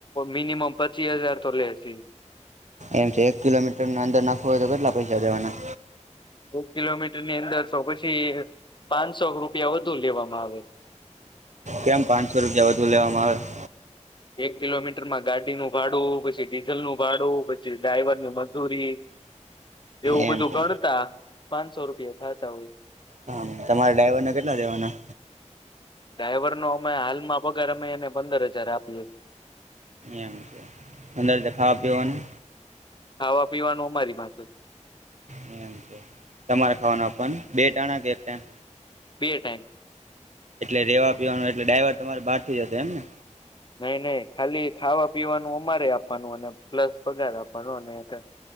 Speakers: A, on the left; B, on the right.
A: મિનિમમ પચીસ હજાર તો લે જ,
B: એમ છે એક કિલોમીટર ન અંદર નાખો હોય તો કેટલા પૈસા દવાના.
A: એક કિલોમીટર ની અંદર તો પછી પાંચસો રૂપિયા વધુ લેવામાં આવે.
B: કેમ પાંચસો રૂપિયા વધુ લેવામાં આવે.
A: એક કિલોમીટર માં ગાડીનું ભાડું પછી ડીઝલ નું ભાડું પછી ડ્રાઈવર ની મજૂરી, એવું
B: એમ
A: બધું
B: છે
A: ગણતા પાંચસો રૂપિયા ખાતા હોય.
B: હા તમારા ડ્રાઈવરને કેટલા દેવાના.
A: ડ્રાઈવર નો અમે હાલમાં પગાર અમે એને પંદર હજાર આપ.
B: એમ છે અંદર દ ખાવા પીવાનું.
A: ખાવા પીવાનું અમારી પાસે
B: એમ છે તમારે ખાવાના આપ બે ટાણા કે એક ટેમ.
A: બે ટાઈમ.
B: એટલે રેવા પીવાનું એટલે ડાઈવર તમારે બહાર થી જશે એમ ને.
A: નહી નહી ખાલી ખાવા પીવાનું અમારે આપવાનું અને પ્લસ પગાર આપવાનો અને <unintelligible>